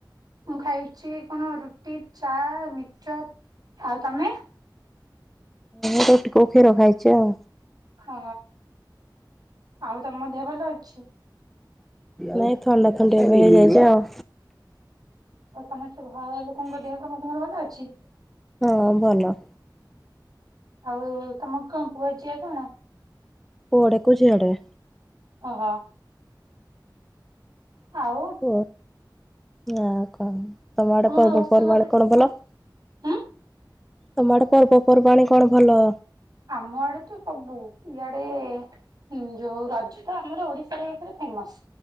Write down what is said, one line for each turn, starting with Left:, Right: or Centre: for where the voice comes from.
Right: ମୁଁ ଖାଇଛି କଣ ରୁଟି, ଚା, ମିକ୍‌ଚର, ଆଉ ତମେ?
Centre: ମୁଁ ରୁଟି କୋଉ କ୍ଷୀର ଖାଇଛି ଆଉ।
Right: ହଁ ଆଉ ତମ ଦେହ ଭଲ ଅଛି?
Centre: ନାଇଁ ଥଣ୍ଡା ଥଣ୍ଡି ଏବେ ହେଇଯାଇଛି ଆଉ।
Right: ଆଉ ତମେ ସବୁ ଘର ଲୋକଙ୍କ ଦେହ ସମସ୍ତଙ୍କର ଭଲ ଅଛି?
Centre: ହଁ ଭଲ।
Right: ଆଉ ତମ କଅଁ ପୁଅ ଝିଅ କଣ?
Centre: ପୁଅ ଟେକୁ ଝିଅଟେ।
Right: ଓହୋ। ଆଉ
Centre: ଓ ଆଉ କଣ ତମ ଆଡେ
Right: ତମର
Centre: ପର୍ବପର୍ବାଣୀ
Right: ରୋଷେଇ ବାସ
Centre: କଣ ଭଲ?
Right: ଉଁ
Centre: ତମ ଆଡେ ପର୍ବପର୍ବାଣୀ କଣ ଭଲ?
Right: ଆମ ଆଡେ ତ ସବୁ ଇଆଡେ ହୁଁ ଯୋଉ ରଜ ତ ଆମର ଓଡିଶାରେ ଏକରେ ଫେମସ।